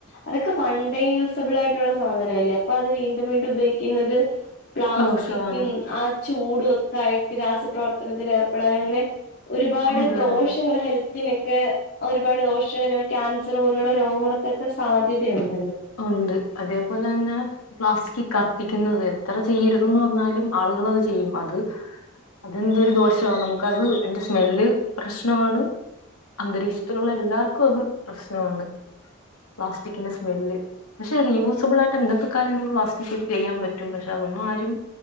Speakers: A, on the left; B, on the left.
A: അതൊക്കെ വൺണ്ടേ യൂസബിൾ ആയിട്ടുള്ള. സാധനല്ലേ അപ്പൊ അത് വീണ്ടും വീണ്ടും ഉപയോഗിക്കുന്നത് പ്ലാസ്റ്റിക്കും
B: ദോഷമാണ്
A: ആ ചൂടും ഒക്കായിട്ട് രാസപ്രവർത്തനത്തിൽ ഏർപ്പെടാൻ അങ്ങനെ ഒരുപാട്
B: അതെ
A: ദോഷങ്ങൾ ഹെൽത്തിനൊക്കെ ഒരുപാട് ദോഷകരായ ക്യാൻസർ പോലുള്ള രോഗങ്ങളൊക്കെൊക്കെ സാധ്യതയുണ്ട്.
B: ഉണ്ട് അതേപോലെ തന്നെ പ്ലാസ്റ്റിക് ത്തിക്കുന്നത് എത്ര ചെയ്യരുതെന്ന് പറഞ്ഞാലും ആളുകളത് ചെയ്യും അത് അതെന്റെ ഒരു ദോഷമാണ് നമുക്കത് എ സ്മെല്ല് പ്രശ്നാണ് അന്തരീക്ഷത്തിലുള്ള എല്ലാർക്കും അത് പ്രശ്നമാണ് പ്ലാസ്റ്റിക് ഇന് സ്മെല് പക്ഷെ റീ യൂസബിൾ ആയിട്ട് എന്തൊക്കെ കാര്യങ്ങൾ പ്ലാസ്റ്റിക് ചെയ്യാൻ പറ്റും പക്ഷെ അതെന്നും ആരും